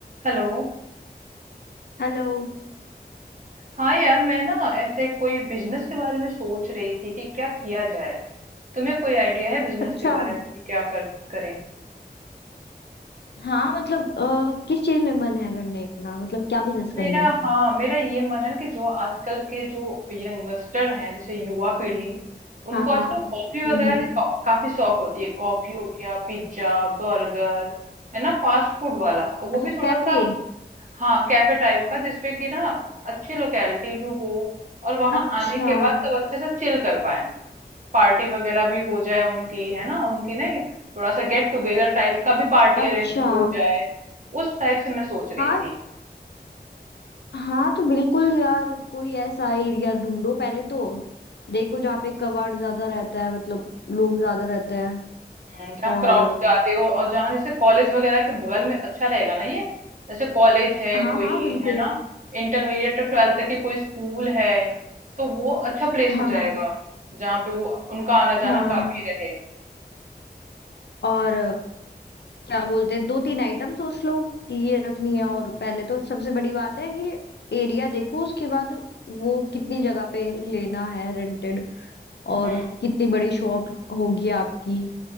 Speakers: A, on the right; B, on the left.
A: Hello
B: हेलो
A: हाँ यार मैं ना ऐसे कोई बिजनेस के बारे में सोच रही थी कि क्या किया जाए तुम्हें कोई आइडिया है बिजनेस
B: अच्छा
A: के बारे में कि क्या कर करें
B: हाँ मतलब अ, किस चीज में मन है करने का मतलब क्या बिजनेस करना
A: मेरा
B: है
A: हाँ मेरा ये मन है कि जो आजकल के जो यंगस्टर हैं जैसे युवा पीढ़ी उनको
B: हाँ
A: आजकल
B: हाँ
A: कॉफी वगैरह
B: हम्म हम्म
A: की का, काफी शौक होती है कॉफी हो गया पिज्जा बर्गर है ना फास्ट फूड वाला और वो
B: अच्छा
A: भी
B: तो
A: थोड़ा
B: कैफे
A: सा हाँ कैफे टाइप का जिसपे कि ना अच्छी लोकेलिटी भी हो और वहां
B: अच्छा
A: आने के बाद सब अच्छे से चिल कर पाए पार्टी वगैरह भी हो जाए उनकी है ना उनकी नहीं थोड़ा सा गेट टुगेदर टाइप का भी पार्टी
B: अच्छा
A: अरेंज हो जाए उस टाइप से मैं सोच रही
B: हाँ
A: थी
B: हाँ तो बिल्कुल यार कोई ऐसा एरिया ढूंढो पहले तो देखो जहाँ पे कबाड़ ज्यादा रहता है मतलब लोग ज्यादा रहते हैं
A: हम्म, जहाँ
B: और
A: क्राउड जाते हो और जहाँ जैसे कॉलेज वगैरह के बगल में अच्छा रहेगा ना ये जैसे कॉलेज है
B: हाँ
A: कोई
B: हाँ बिल्कुल
A: है ना इंटरमीडिएट तक ट्वेल्थ तक की कोई स्कूल है तो वो अच्छा प्लेस
B: हाँ
A: हो जाएगा
B: हाँ
A: जहाँ पे वो उनका आना जाना
B: हाँ
A: काफी रहे
B: और क्या बोलते हैं दो तीन आइटम सोच लो कि ये रखनी है और पहले तो सबसे बड़ी बात है कि एरिया देखो उसके बाद वो कितनी जगह पे लेना है रेंटेड
A: हम्म
B: और कितनी बड़ी शॉप होगी आपकी